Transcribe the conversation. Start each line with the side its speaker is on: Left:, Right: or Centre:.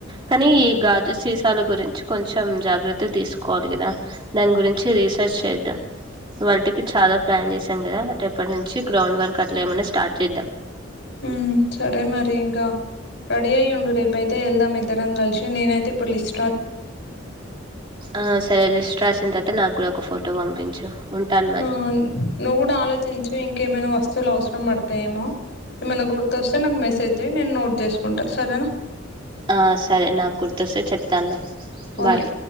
Right: కానీ ఈ గాజు సీసాల గురించి కొంచెం జాగ్రత్త తీసుకోవాలి కదా, దాని గురించి రీసెర్చ్ చేద్దాం. వాటికి చాలా ప్లాన్ చేసాం కదా, రేపటి నుంచి గ్రౌండ్ వర్క్ అట్లా ఏమైన్నా స్టార్ట్ చేద్దాం.
Left: ఉమ్ సరే మరి ఇంకా రెడీ అయి ఉండు, రేపు అయితే వెళ్దాం, ఇద్దరం కలిసి నేనయితే ఇప్పుడు లిస్.
Right: ఆ సరే లిస్ట్ రాసిన తర్వాత నాక్ కూడా ఒక ఫోటో పంపించు ఉంటాను మరి
Left: ఆ నువ్వు కూడా ఆలోచించు ఇం కే ఏమైనా వస్తువులు అవసరం పడతాయేమో ఏమన గుర్తొస్తే నాక్ మెసే సజ్ జే నేను నోట్ చేసుకుంటా సరేనా
Right: ఆ సరే నాకు గుర్తొస్తే చెప్తాన్ లే బాయ్
Left: ఓకే